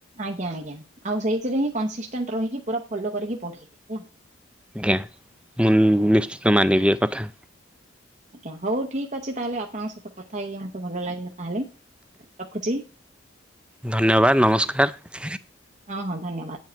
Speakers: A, on the right; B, in the centre.
A: ଆଜ୍ଞା ଆଜ୍ଞା ଆଉ ସେଇଥିରେ ହଁ କନସିଷ୍ଟାଣ୍ଟ ରହିକି ପୁରା ଫଲୋ କରିକି ପଢ଼ିବେ ହେଲା।
B: ଆଜ୍ଞା ମୁଁ ନିଶ୍ଚିତ ମାନିବି ଏ କଥା।
A: ଆଜ୍ଞା ହଉ ଠିକ ଅଛି ତାହେଲେ ଆପଣଙ୍କ ସହିତ କଥା ହେଇକି ମତେ ଭଲ ଲାଗିଲା ତାହେଲେ ରଖୁଛି।
B: ଧନ୍ୟବାଦ ନମସ୍କାର।
A: ହଁ ହଁ ଧନ୍ୟବାଦ